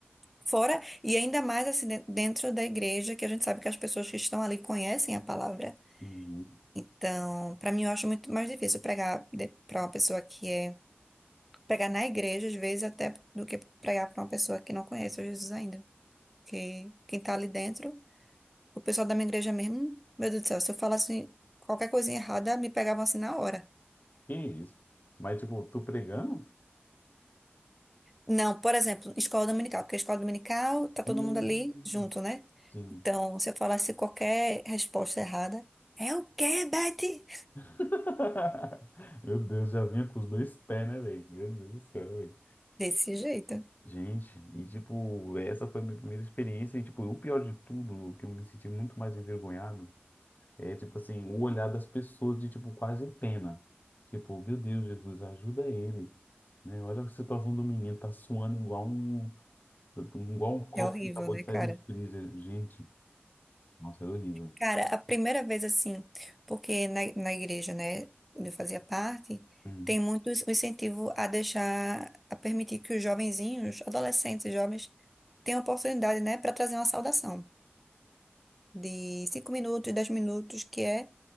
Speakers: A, in the centre; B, on the left (about 45°).
A: Fora, e ainda mais assim, de- dentro da igreja, que a gente sabe que as pessoas que estão ali conhecem a palavra.
B: uhum,
A: Então, para mim, eu acho muito mais difícil pregar para uma pessoa que é. Pregar na igreja, às vezes, até do que pregar para uma pessoa que não conhece o Jesus ainda. Porque quem tá ali dentro. O pessoal da minha igreja mesmo, meu Deus do céu, se eu falasse qualquer coisinha errada, me pegavam assim na hora.
B: que isso? Mas, tipo, tô pregando?
A: Não, por exemplo, escola dominical, porque a escola dominical tá todo
B: Hum,
A: mundo ali junto, né?
B: sim.
A: Então, se eu falasse qualquer resposta errada, é o quê, Betty?
B: <laughs> Meu Deus, já vinha com os dois pés, né, velho? Meu Deus do céu, velho.
A: Desse jeito.
B: Gente, e tipo, essa foi a minha primeira experiência, e tipo, o pior de tudo, o que eu me senti muito mais envergonhado, é tipo assim, o olhar das pessoas de tipo quase pena. Tipo, meu Deus, Jesus, ajuda ele, né? Olha a situação do menino, tá suando igual um, igual um copo
A: É horrível,
B: que acabou
A: né,
B: de sair
A: cara?
B: do freezer. Gente, nossa, era horrível.
A: Cara, a primeira vez assim, porque na, na igreja, né, onde eu fazia parte,
B: Uhum.
A: tem muito esse- o incentivo a deixar, a permitir que os jovenzinhos, adolescentes, e jovens, tenham oportunidade, né, para trazer uma saudação. de 5 minutos, 10 minutos, que é